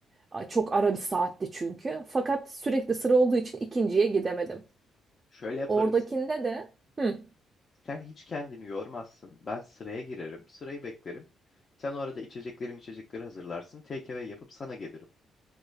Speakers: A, on the right (about 30°); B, on the left (about 40°).
A: Ay, Çok ara bir saatti çünkü. Fakat sürekli sıra olduğu için ikinciye gidemedim.
B: şöyle yaparız.
A: Oradakinde de hı.
B: Sen hiç kendini yormazsın. Ben sıraya girerim. Sırayı beklerim. Sen o arada içeceklerim içecekleri hazırlarsın. Take away yapıp sana gelirim.